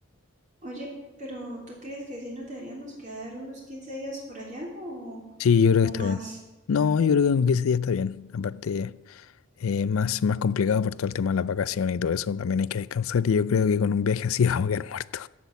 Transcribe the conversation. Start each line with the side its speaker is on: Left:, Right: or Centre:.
Right: Oye, pero ¿tú crees que sí nos deberíamos quedar unos 15 días por allá o,
Left: Sí, yo creo
Right: o
Left: que está
Right: más?
Left: bien. No, yo creo que en 15 días está bien. Aparte, eh, más, más complicado por todo el tema de las vacaciones y todo eso. También hay que descansar y yo creo que con un viaje así <laughs> vamos a quedar muertos.